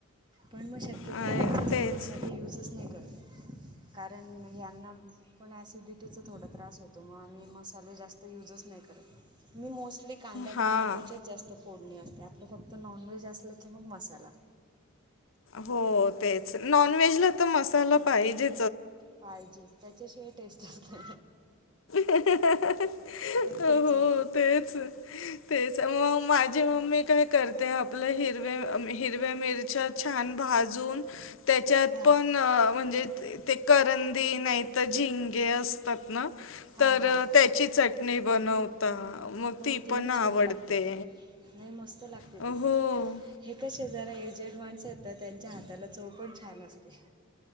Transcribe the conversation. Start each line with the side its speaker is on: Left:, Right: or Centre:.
Right: पण मग शक्यतो
Left: अ
Right: आम्ही जास्त
Left: तेच
Right: मसाले यूजच नाही करत. कारण यांना पण ॲसिडिटीचां थोडा त्रास होतो मग आम्ही मसाले जास्त यूजच नाही करत. मी मोस्टली कांदा
Left: हां.
Right: टोमॅटोचे जास्त फोड. असते आपलं फक्त नॉनव्हेज असलं की मग मसाला
Left: हो तेच नॉनव्हेज ला तर मसाला पाहिजे.
Right: पाहिजे त्याच्याशिवाय टेस्ट असत.
Left: हो
Right: तेच ना.
Left: तेच तेच मग माझी मम्मी काय करते. ते आपल्या हिरव्या हिरव्या मिरच्या छान भाजून त्याच्यात
Right: हां
Left: पण म्हणजे? ते करंदी नाही तर झिंगे असतात ना.
Right: हां
Left: तर
Right: हां
Left: त्याची चट. नाही बनवता. मग
Right: हो
Left: ती
Right: तेही
Left: पण
Right: छान
Left: आवडते
Right: लागते नाही मस्त लागते
Left: हो
Right: ती पण हेच. जरा एजेड माणसं आहेत तर. त्यांच्या हाताला चवपण छान असते.